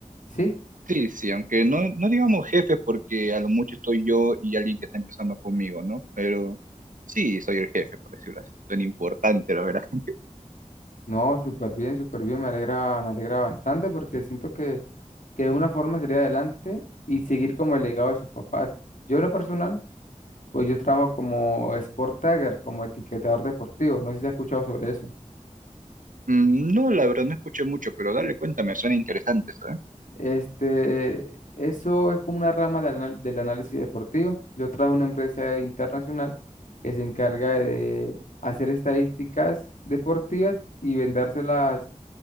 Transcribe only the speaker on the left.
¿Sí?
No, súper bien, súper bien. Me alegra, me alegra bastante porque siento que, que es una forma de salir adelante y seguir como el legado de sus papás. Yo en lo personal, pues yo trabajo como sport tagger, como etiquetador deportivo. No sé si has escuchado sobre eso.
Este, eso es como una rama del, anal- del análisis deportivo. Yo trabajo en una empresa internacional que se encarga de hacer estadísticas deportivas y vendérselas